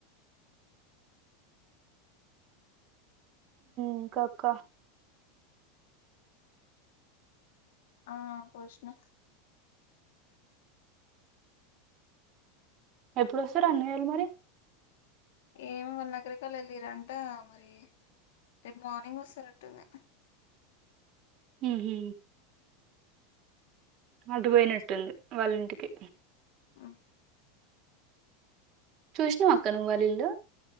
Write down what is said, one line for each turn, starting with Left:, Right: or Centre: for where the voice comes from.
Right: మ్ కాక
Left: ఆ పోసిన
Right: ఎప్పుడు వస్తారు అన్నయ్యేలు మరి
Left: ఏమో వాళ్ళు నకిరేకల్ వెళ్ళిరంట మరి రేపు మార్నింగ్ వస్తారట్టుంది
Right: మ్ హు అటు పోయినట్టుంది వాళ్ళింటికి
Left: ఆ
Right: చూసిన అక్క నువ్్వళిల్లు